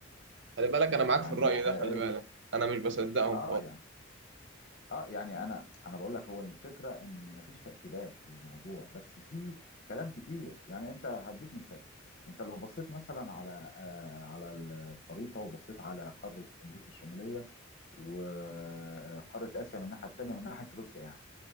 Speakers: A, on the right; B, on the left.
A: خلي بالك أنا معاك
B: يعني
A: في الرأي
B: مش حقيقيه
A: ده خلي بالك أنا مش بصدقهم
B: اه
A: خالص
B: يعني اه يعني انا انا بقول لك هو الفكره ان مفيش تاكيدات للموضوع بس في كلام كتير يعني انت هديك مثال انت لو بصيت مثلا على آه على الخريطه وبصيت على قاره امريكا الشماليه وقاره اسيا من الناحيه التانيه من ناحيه روسيا يعني